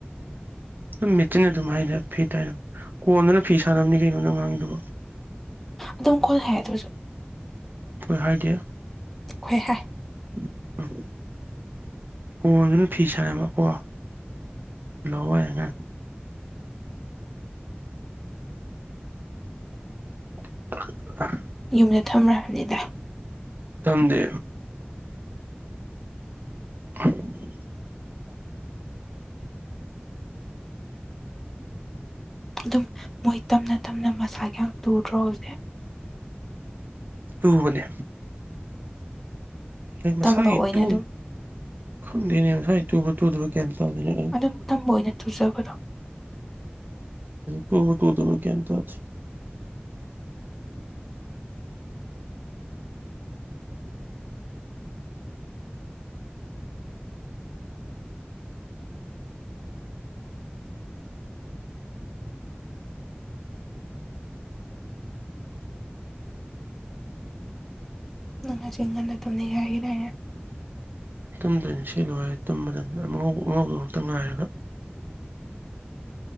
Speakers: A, on the right (about 55°); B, in the centre.
A: ꯑꯗꯨꯝ ꯃꯦꯆꯤꯟ ꯑꯗꯨꯝ ꯍꯥꯏ ꯐꯤ ꯇꯥꯏꯔ ꯀꯣꯟꯗꯨꯅ ꯐꯤ ꯁꯥꯟꯅꯕꯅꯤ ꯀꯩꯅꯣꯗ ꯉꯥꯡꯉꯗꯕꯣ
B: ꯑꯗꯨꯝ ꯀꯣꯟ ꯍꯥꯏ ꯑꯗꯨꯁꯨ
A: ꯑꯩꯈꯣꯏ ꯍꯥꯏꯗꯤ
B: ꯈꯣꯏ ꯍꯥꯏ
A: <unintelligible> ꯀꯣꯟꯗꯨꯅ ꯐꯤ ꯁꯥꯟꯅꯕꯀꯣ ꯂꯧꯕ ꯑꯉꯥꯡ <inaudible>
B: ꯌꯨꯝꯗ ꯊꯝꯈꯕꯅꯤꯗ
A: ꯊꯝꯗꯦ <unintelligible>
B: ꯑꯗꯨꯝ ꯃꯣꯏ ꯇꯞꯅ ꯇꯞꯅ ꯃꯁꯥꯒꯤ ꯌꯥꯝ ꯇꯨꯗ꯭ꯔꯣ ꯍꯧꯁꯦ
A: ꯇꯨꯡꯕꯅꯦ ꯑꯩ ꯃꯁꯥꯒꯤ
B: ꯇꯝꯕ ꯑꯣꯏꯅ
A: ꯇꯨ
B: ꯑꯗꯨꯝ
A: ꯈꯪꯗꯣꯏꯅꯦ ꯃꯁꯥꯒꯤ ꯇꯨꯕ ꯇꯨꯗꯕ ꯀꯌꯥ ꯇꯧꯗꯣꯏꯅ
B: ꯑꯗꯨꯝ ꯇꯝꯕ ꯑꯣꯏꯅ ꯇꯨꯖꯕꯗꯣ
A: ꯇꯨꯕ ꯇꯨꯗꯕ ꯒꯌꯥꯟ ꯇꯥꯗꯦ
B: ꯅꯪ ꯉꯁꯤ ꯉꯟꯅ ꯊꯝꯅꯤꯡꯉꯦ ꯍꯥꯏꯈꯤꯗꯏꯅꯦ
A: ꯇꯨꯝꯗꯣꯏꯅꯤ ꯁꯤ ꯂꯣꯏꯔꯦ ꯇꯨꯝꯕꯗꯅꯤꯉꯧ ꯑꯉꯧꯗꯨꯃꯛꯇ ꯉꯥꯏꯔꯒ